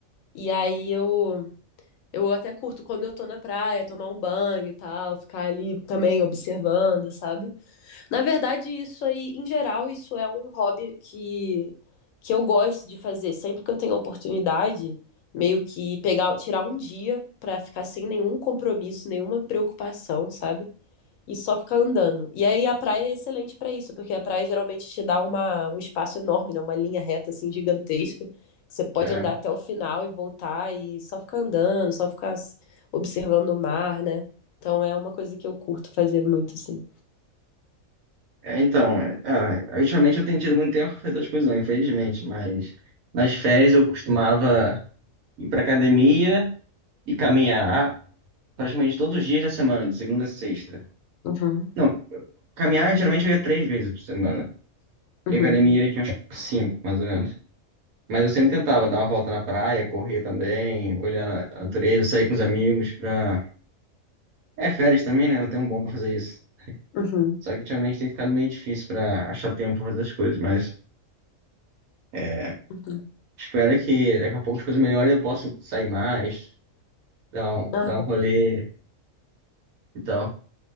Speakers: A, on the left; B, on the right.
A: E aí eu, eu até curto quando eu tô na praia, tomar um banho e tal, ficar ali também observando, sabe? Na verdade, isso aí, em geral, isso é um hobby que, que eu gosto de fazer. Sempre que eu tenho oportunidade, meio que pegar, tirar um dia pra ficar sem nenhum compromisso, nenhuma preocupação, sabe? e só ficar andando. E aí a praia é excelente para isso, porque a praia geralmente te dá uma, um espaço enorme, né? Uma linha reta assim gigantesca. que Você pode
B: É,
A: andar até o final e voltar e só ficar andando, só ficar s- observando o mar, né? Então é uma coisa que eu curto fazer muito assim.
B: é, então, é, ah, ultimamente eu tenho tido muito tempo para fazer as coisas não, infelizmente. Mas nas férias eu costumava ir para academia e caminhar praticamente todos os dias da semana, de segunda a sexta.
A: Uhum,
B: Não, caminhar geralmente eu ia três vezes por semana.
A: uhum,
B: E academia eu tinha uns cinco, mais ou menos. Mas eu sempre tentava dar uma volta na praia, correr também, olhar na a natureza, sair com os amigos para É, férias também, né? Não tem um bom pra fazer isso.
A: uhum,
B: Só que ultimamente tem ficado meio difícil pra achar tempo pra fazer as coisas, mas é,
A: uhum.
B: espero que daqui a pouco as coisas melhorem e eu possa sair mais, dar um,
A: Aham.
B: dar um rolê e tal.